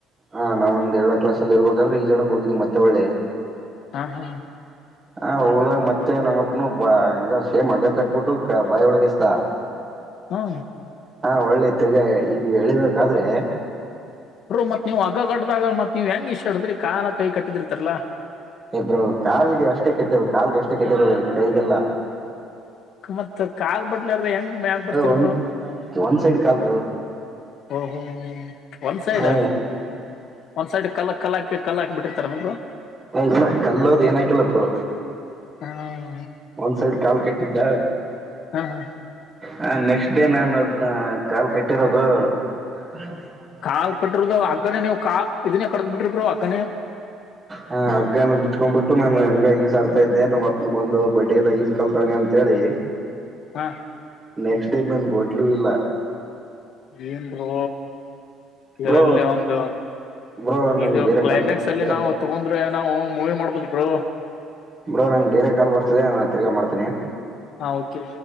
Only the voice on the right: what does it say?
ಹಾ ನಾವೊಂದ ಎಳನೇ ಕ್ಲಾಸ್ ಲ್ಲಿಯೇ ಇರ್ಬೇಕಾದ್ರೆ ಈಜಾಡಕ್ ಹೋಗಿದ್ದ್ ಮತ್ತೆಳ್ಳೆ
ಹ ಹೋದಾಗ ಮತ್ತೆ ನಮ್ಮಪ್ಪನು ಹಂಗ ಸೇಮ್ ಹಗ್ಗ ಕಟ್ಬಿಟ್ಟು ಬಾಯಿ ಒಳಗೇಸದಾ
ಹಾ ಒಳ್ಳೇ ತಿರ್ಗಾ ಈ ಎಳಿಬೇಕಾದ್ರೆ
ಇಬ್ರು ಕಾಲ್ಗೆ ಅಷ್ಟೇ ಕೆಟ್ಟಿರದು ಕಾಲ್ಗೆ ಅಷ್ಟೇ ಕೆಟ್ಟಿರೋದು ಕೈಗೀಲ್ಲಾ
ಒಂದ್
ಒಂದ್ ಸೈಡ್ ಕಾಲ್ ಬ್ರೋ
ಹ್ಮ
ಇಲ್ಲ ಕಲ್ಲೋದ ಏನಕಿಲ್ಲ ಬ್ರೋ.
ಒಂದ್ ಸೈಡ್ ಕಾಲ ಕಟ್ಟಿದ್ದ.
ಹ ನೆಕ್ಸ್ಟ್ ಡೇ ನಾನು ಅದನ್ನ ಕಾಲ ಕಟ್ಟಿರೋದು. ಏ.
ಹಾ ಹಗ್ಗಾನ ಬಿಚ್ಕೊಂಡ್ಬ ಬಿಟ್ಟು ನಾನು ಹಂಗ ಈಸ ಆಡ್ತಾದೆ. ನಮ್ಮ ಅಪ್ಪ ನು ಬಂದು ಬಡ್ಡದ. ಕಲ್ಲು ತೆಗೆದಿ ಅಂತ ಹೇಳಿ.
ನೆಕ್ಸ್ಟ್ ಡೇ ನಾ ಓಡ್ಲು ಇಲ್ಲ.
ಬ್ರೋ
ಬ್ರೋ ನನ್ಗೆ
ಬೇರೆ
ಕಾಲ್
ಬೇರೆ
ಬ್ರೋ ನಂಗೆ ಬೇರೆ ಕಾಲ ಬರ್ತದೆ ನಾನು ತಿರ್ಗಾ ಮಾಡ್ತನಿ.